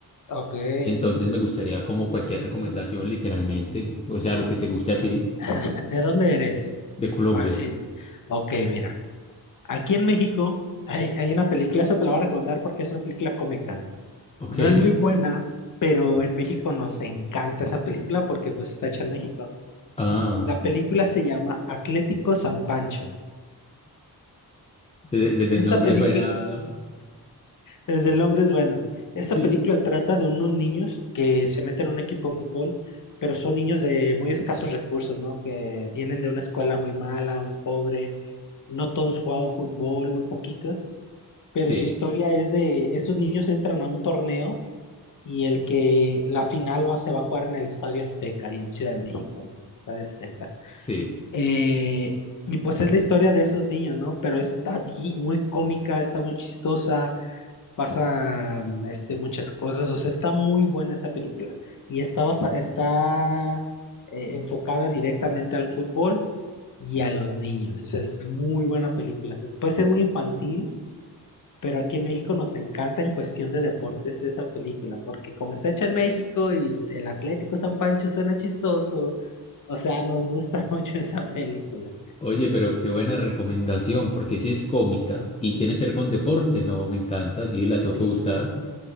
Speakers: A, on the left; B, on the left.
A: Ok. ¿De,
B: Entonces me gustaría como cualquier recomendación literalmente, o sea, lo que te guste a ti
A: <laughs> de dónde eres?
B: de Colombia.
A: A ver si. Ok, mira. Aquí en México hay, hay una película, esa te la voy a recomendar porque es una película cómica.
B: Ok.
A: No
B: <laughs>
A: es muy buena, pero en México nos encanta esa película porque pues está hecha en México.
B: Ah,
A: La película se llama Atlético San Pancho.
B: desde, desde
A: Esta
B: el nombre
A: película,
B: suena...
A: desde el nombre es bueno. Esta
B: <laughs> Sí,
A: película trata de unos niños que se meten a un equipo de fútbol, pero son niños de muy escasos recursos, ¿no? Que vienen de una escuela muy mala, muy pobre. No todos jugaban fútbol, muy poquitos. Pero
B: sí,
A: su historia es de, esos niños entran a un torneo y el que la final va, se va a jugar en el Estadio Azteca, ahí en Ciudad de México, en el Estadio Azteca.
B: sí.
A: Eh, y pues es la historia de esos niños, ¿no? Pero está bi- muy cómica, está muy chistosa, pasan este, muchas cosas, o sea, está muy buena esa película. Y está, basa- está eh, enfocada directamente al fútbol y a los niños, o sea, es muy buena película. O sea, puede ser muy infantil pero aquí en México nos encanta en cuestión de deportes esa película, porque como está hecha en México y el Atlético San Pancho suena chistoso, o sea, nos gusta <laughs> mucho esa película.
B: Oye, pero qué buena recomendación porque si es cómica y tiene que ver con deporte, no, me encanta, sí, la tengo
A: Sí.
B: que buscar.